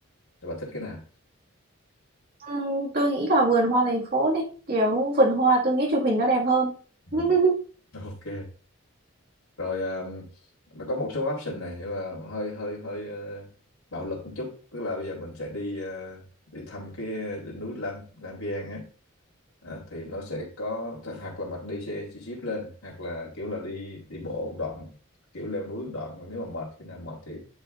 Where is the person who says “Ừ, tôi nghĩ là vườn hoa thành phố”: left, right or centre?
Right